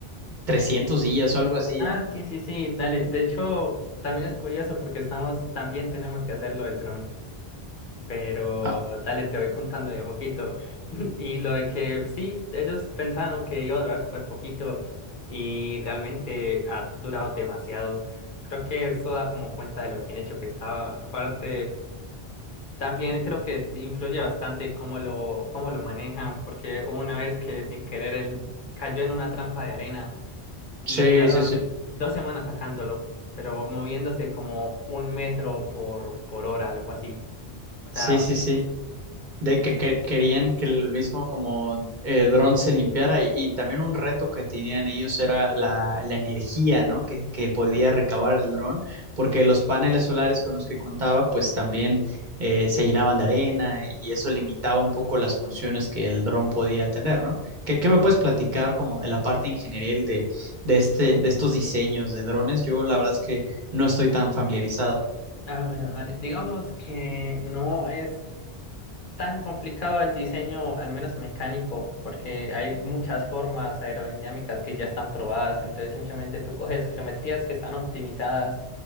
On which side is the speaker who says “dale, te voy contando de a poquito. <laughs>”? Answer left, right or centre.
Left